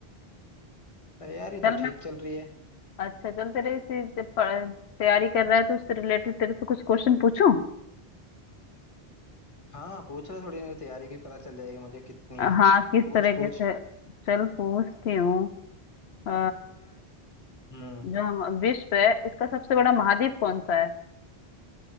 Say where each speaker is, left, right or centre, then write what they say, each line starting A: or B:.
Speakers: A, on the left; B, on the left.
A: तैयारी
B: चल
A: तो ठीक
B: मैं
A: चल रही है
B: अच्छा चल तेरे इसी जब पढ़- तैयारी कर रहा है तो उससे रिलेटेड तेरे से कुछ क्वेश्चन पूछूं
A: हाँ पूछ रहे थोड़ी मेरी तैयारी की पता चल जाएगी मुझे कितनी
B: अ,
A: है
B: हाँ किस
A: पूछ
B: तरीके
A: पूछ
B: से चल पूछती हूँ अ,
A: हम्म
B: जो हम विश्व है इसका सबसे बड़ा महाद्वीप कौन सा है